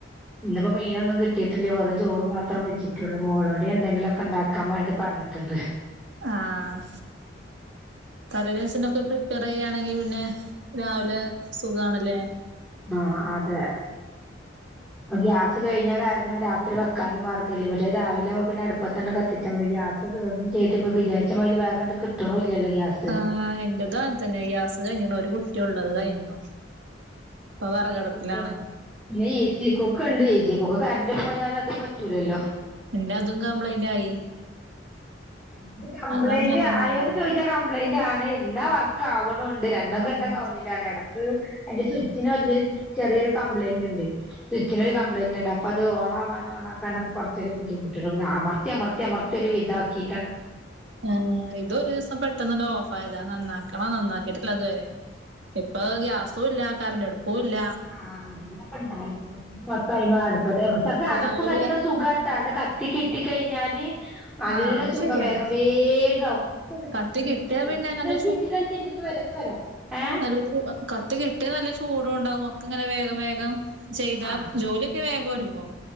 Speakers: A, in the centre; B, on the right (about 75°).
A: ന്നിപ്പോ മീനൊന്നും കിട്ടീട്ടില്ല വെറും ചോറ് മാത്രം വെച്ചിട്ടൊള്ളൂ മോളോട് യെന്തെങ്കിലൊക്കെണ്ടാ ക്ക വേണ്ടി പർഞ്ഞിട്ടിണ്ട്
B: ആഹ് തലേ ദിവ്സെന്നൊക്കെ പ്രിപ്പെയ്റെയ്യാണെങ്കി പിന്നെ രാവ്ലെ സുഖാണ് ലേ
A: ആഹ് അതെ ഗ്യാസ് കഴിഞ്ഞ കാരണം രാത്രി വെക്കാനും മാർഗല്ല മറ്റേ രാവില ആവുമ്പ പിന്നെടുപ്പത്ത <unintelligible> നമ്മ ഗ്യാസ് ചെയ്തിപ്പപ്പോ വിചാരിച്ചാതി ബാഗ കണ്ട് കിട്ട്ണുല്ലല്ലോ ഗ്യാസ്
B: ആ എന്റെത അങ്ങനെ തന്നെ ഗ്യാസ് കഴിഞ്ഞണ ഒരു കുറ്റിയൊള്ളത് കഴിഞ്ഞു ഇപ്പൊ വെറകടുപ്പിലാണ്
A: ഇപ്പോ പിന്നെ ഇ സി കുക്ക്ണ്ട് ഇ സി കൊക്ക് കറണ്ട് പോയാൽ അതും പറ്റൂലല്ലോ
B: ന്റെ അതും കംപ്ലൈയിന്റ് ആയി
A: ഇത് കംപ്ലയിന്റ്
B: അത് നന്നാക്കാൻ
A: ആയോ
B: കൊണ്ടോണം
A: എന്ന് ചോദിച്ചാൽ കംപ്ലൈന്റ് ആണ് ന്ന വർക്ക് ആവ്ണുണ്ട് രണ്ടും
B: ആഹ്
A: കെട്ടക്കാവല ഇടക്ക് അതിന്റെ സ്വിച്ചിന് വല്ല്യൊരു ചെറിയൊരു കംപ്ലയിന്റ്ണ്ട് സ്വിച്ചിനൊരു കപ്ലയിന്റ്ണ്ട് അപ്പോ അത് ഓണാവാൻ ഓണാക്കാനൊക്കെ കുറച്ചൊരു ബദ്ധിമുട്ടു അമർത്തി അമർത്തി അമർത്തി ത്തിയൊര് വിതാക്കി
B: ആ ഇത ഒരു ദിവസം പെ പെട്ടെന്നണ്ട് ഓഫ് ആയതാ. നന്നാക്കണം നന്നാക്കിട്ടില്ലതുവരെ, ഇപ്പൊ ഗ്യാസുല്ല ആ കറന്റെടു പ്പുല്ല
A: ആ അതന്നപ്പണ്ടായിത് <unintelligible> പക്ഷെ അടുപ്പ്
B: രാവിലെ
A: കത്തിക്ക സുഖാട്ടാ, ണ്ട് കത്തി കിട്ടി കഴിഞ്ഞാല് നല്ല
B: ആഹ് അത്
A: സുഖം
B: ശരിയാണ്
A: വേഗം വേഗം ആവും. പ്പ വരാ
B: കത്തി
A: തിന്നൂട്.
B: കിട്ടിയാ പിന്നെ നല്ല
A: രഞ്ചിറ്റ് രഞ്ചിറ്റ് ഇപ്പ വരപ്പ വരാ ഏഹ്
B: നമ്മള് ക്യൂവാ. കത്ത് കിട്ടിയാ നല്ല ചൂടുണ്ടാവും ഒക്കെങ്ങനെ വേഗം വേഗം ചെയ്താ
A: ആഹ്
B: ജോലി വേഗം ഒരുങ്ങോ